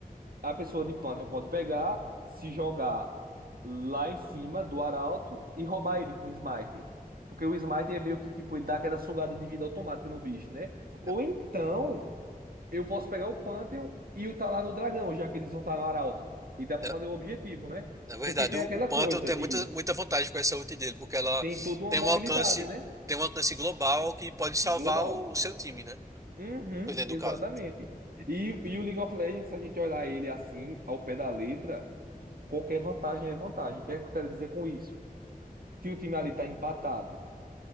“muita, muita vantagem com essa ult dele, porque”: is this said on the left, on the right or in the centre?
Right